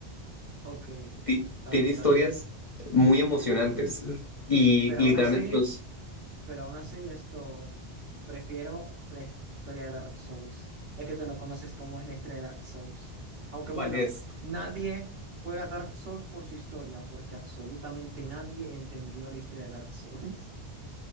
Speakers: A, on the right (about 45°); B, on the left (about 45°).
A: Ok,
B: Ti-
A: está
B: Tiene
A: bien,
B: historias
A: está bien.
B: muy emocionantes y
A: Pero aún
B: literalmente
A: así,
B: los...
A: pero aún así, esto, prefiero la his- historia de Dark Souls. Es que tú no conoces cómo es la historia de Dark Souls. Aunque bueno,
B: ¿Cuál es?
A: nadie juega Dark Souls por su historia, porque absolutamente nadie entendió la historia de Dark Souls.